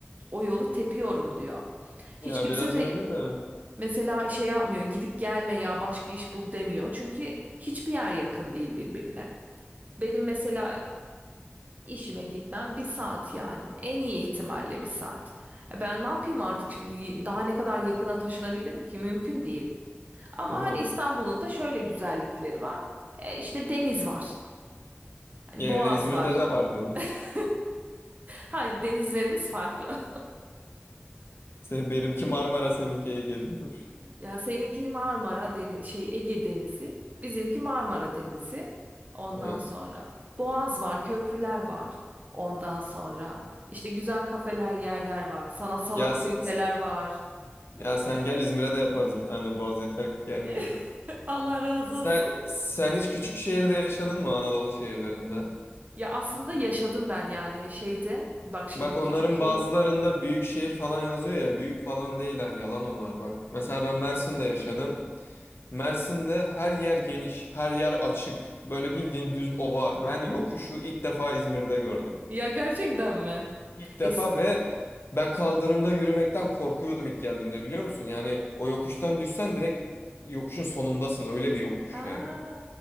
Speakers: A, on the right; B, on the left.
A: o yolu tepiyorum diyor. Hiç
B: Ya
A: kimse
B: biraz
A: de
B: öyle de
A: mesela şey yapmıyor gidip gelme ya başka iş bul demiyor. Çünkü hiçbir yer yakın değil birbirine. Benim mesela İşime gitmem bir saat yani. En iyi ihtimalle bir saat. E Ben ne yapayım artık şimdi? Y- Daha ne kadar yakına taşınabilirim ki? Mümkün değil. Ama
B: değil mi?
A: hani İstanbul'un da şöyle güzellikleri var. E işte deniz var. Hani
B: Ya
A: boğaz
B: İzmir'de
A: var.
B: de var deniz.
A: <laughs> Hayır, denizlerimiz farklı.
B: <laughs> Se- benimki Marmara seninki Ege'de. <laughs>
A: Ya seninki Marmara Deniz, şey Ege Denizi, bizimki Marmara Denizi. Ondan
B: Ha.
A: sonra Boğaz var, köprüler var. Ondan sonra işte güzel kafeler, yerler var. Sanatsal
B: Ya
A: aktiviteler
B: sen,
A: var.
B: ya sen gel İzmir'e de yaparız bir tane Boğaz yeter ki gel
A: <laughs>
B: ya.
A: Allah razı
B: Sen
A: olsun.
B: sen hiç küçük şehirde yaşadın mı Anadolu şehirlerinde?
A: Ya aslında yaşadım ben yani şeyde. Bak şimdi
B: Bak onların
A: küçük şehir.
B: bazılarında büyük şehir falan yazıyor ya büyük falan değiller yalan onlar bak. Mesela ben Mersin'de yaşadım. Mersin'de her yer geniş, her yer açık. Böyle bildiğin düz ova. Ben yokuşu ilk defa İzmir'de gördüm.
A: Ya gerçekten mi?
B: İlk
A: Es
B: defa ve ben kaldırımda yürümekten korkuyordum ilk geldiğimde biliyor musun? Yani o yokuştan düşsen direkt yokuşun sonundasın. Öyle bir yokuş
A: Aa,
B: yani.